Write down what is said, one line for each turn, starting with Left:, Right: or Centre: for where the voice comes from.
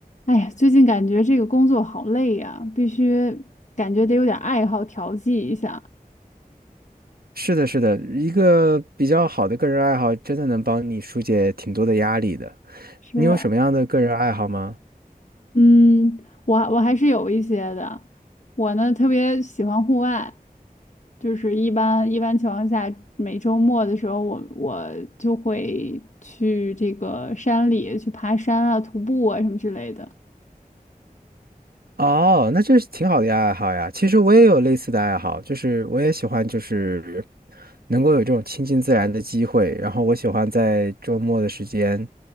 Left: 哎呀，最近感觉这个工作好累呀，必须感觉得有点爱好调剂一下。
Right: 是的，是的，一个比较好的个人爱好，真的能帮你疏解挺多的压力的。
Left: 是，
Right: 你有什么样的个人爱好吗？
Left: 嗯，我我还是有一些的。我呢特别喜欢户外，就是一般一般情况下，每周末的时候我，我就会去这个山里去爬山啊、徒步啊什么之类的。
Right: 哦，那这是挺好的呀，爱好呀。其实我也有类似的爱好，就是我也喜欢，就是能够有这种亲近自然的机会。然后我喜欢在周末的时间，